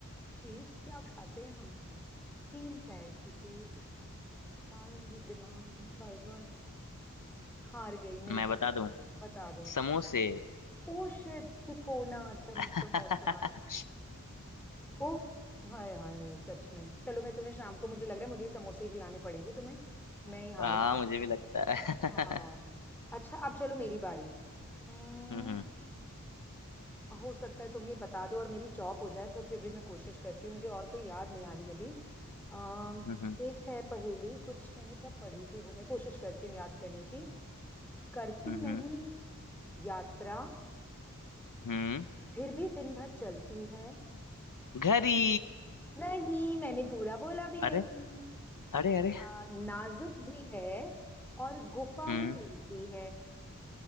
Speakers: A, in the centre; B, on the left.
A: चीज क्या खाते हैं हम तीन पैर की चीज यार मेरा दिमाग ना बाय गॉड हार गई नहीं
B: मैं
A: पता
B: बता दूं
A: बता दो
B: समोसे
A: ओ शिट तिकोना अच्छा
B: <laughs>
A: समोसा ओफ हाय हाय सच में चलो मैं तुम्हें शाम को मुझे लग रहा है मुझे ही समोसे खिलाने पड़ेंगे तुम्हें मैं ही हारूंगी
B: हाँ मुझे भी लगता है
A: हाँ
B: <laughs>
A: अच्छा अब चलो मेरी बारी हम्म
B: हम्म हम्म
A: हो सकता है तुम ये बता दो और मेरी चॉप हो जाए पर फिर भी मैं कोशिश करती हूँ मुझे और कोई याद नहीं आ रही अभी अम
B: हम्म
A: एक है पहेली कुछ मैंने कब पढ़ी थी वो मैं कोशिश करती हूँ याद करने की करती
B: हम्म
A: नहीं
B: हम्म,
A: यात्रा
B: हम्म।
A: फिर भी दिन भर चलती है
B: घड़ी
A: नहीं मैंने पूरा बोला भी नहीं
B: अरे अरे अरे
A: आ, नाजुक भी है और गुफा
B: हम्म
A: में रहती है